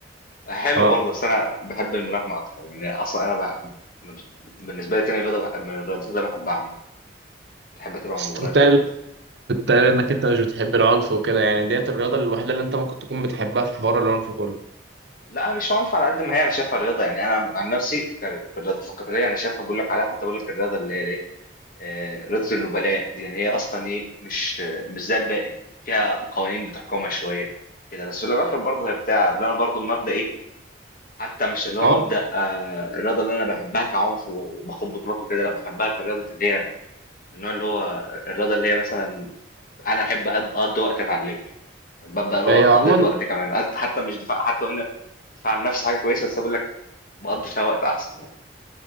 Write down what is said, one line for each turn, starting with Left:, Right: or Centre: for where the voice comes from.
Left: حلو
Right: اه
Left: برضه بس أنا بحب الملاكمة أكتر يعني أصلا أنا بح... من- بالنسبة لي تاني رياضة بح... من الرياضات اللي بحبها عامة بحب أتابع
Right: بس
Left: المباريات
Right: كنت
Left: أو كده
Right: قايل انك
Left: أه؟
Right: انت مش بتحب العنف وكده يعني ديت الرياضه الوحيده اللي انت ممكن تكون بتحبها في حوار العنف كله
Left: لا مش عنف على قد ما هي أنا شايفها الرياضة يعني أنا عن نفسي ك- في الرياضات القتالية أنا شايفها بقول لك عليها حتى بقول لك الرياضة اللي هي إيه آه، رياضة النبلاء يعني هي أصلا إيه مش مش زي الباقي فيها قوانين بتحكمها شوية كده بس في الآخر برضه هي بتاع اللي أنا برضه المبدأ إيه حتى مش اللي هو
Right: العنف
Left: مبدأ آه، الرياضة اللي أنا بحبها كعنف وباخد بطولات وكده لأ بحبها كرياضة اللي هي من النوع اللي هو الرياضة اللي هي مثلا أنا أحب أقض- أقضي وقت أتعلمه مبدأ اللي
Right: هي
Left: هو تقضية
Right: عموما
Left: وقت كمان حت- حتى مش دفاع حتى قلنا دفاع عن النفس حاجة كويسة بس بقول لك بقضي فيها وقت أحسن يعني